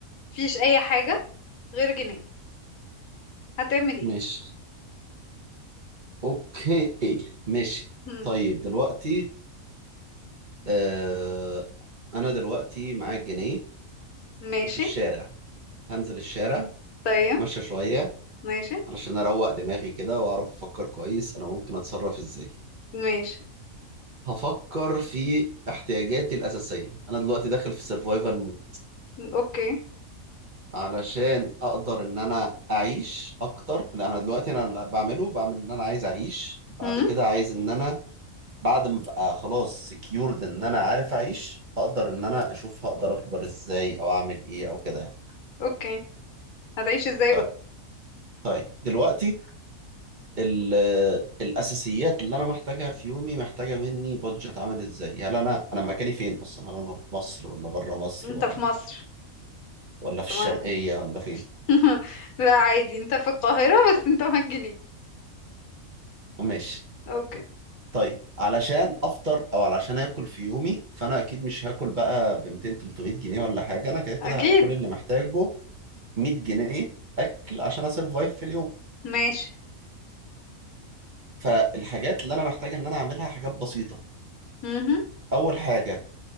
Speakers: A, on the left; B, on the right.
A: فيش اي حاجه غير جنيه هتعمل ايه
B: ماشي اوكي ماشي
A: هم،
B: طيب دلوقتي آه انا دلوقتي معايا الجنيه
A: ماشي
B: وفي الشارع هنزل الشارع
A: طيب
B: اتمشى شوية
A: ماشي
B: علشان اروق دماغي كده واعرف افكر كويس انا ممكن اتصرف ازاي
A: ماشي
B: هفكر في احتياجاتي الاساسية انا دلوقتي داخل في سرفايفل
A: اوكي
B: علشان اقدر ان انا اعيش اكتر لا انا دلوقتي انا اللي بعمله بعمل ان انا عايز اعيش بعد
A: هم
B: كده عايز ان انا بعد ما ابقى خلاص سكيورد ان انا عارف اعيش اقدر ان انا اشوف هقدر اكبر ازاي او اعمل ايه او كده يعني
A: اوكي هتعيش ازاي
B: طيب
A: بقى
B: طيب دلوقتي ال- الاساسيات اللي انا محتاجها في يومي محتاجه مني بادجت عامل ازاي هل انا انا مكاني فين اصلا هل انا في مصر ولا بره مصر
A: انت
B: ولا
A: في مصر
B: ولا
A: انت
B: في الشرقيه
A: معاك
B: ولا فين
A: <laughs> لا عادي انت في القاهره بس انت معاك جنيه
B: ماشي
A: اوكي
B: طيب علشان افطر او علشان اكل في يومي فانا اكيد مش هاكل بقى ب 200 300 جنيه ولا حاجه انا كده كده
A: اكيد
B: هبقى كل اللي محتاجه 100 جنيه اكل عشان اسرفايف في اليوم
A: ماشي
B: فالحاجات اللي انا محتاج ان انا اعملها حاجات بسيطه
A: مهم.
B: اول حاجه